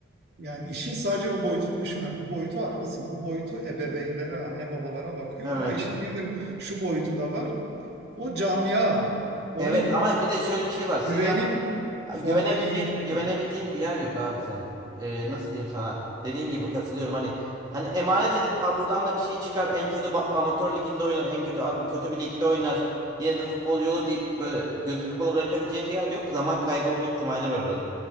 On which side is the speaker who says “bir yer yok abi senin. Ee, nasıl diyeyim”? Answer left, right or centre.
Right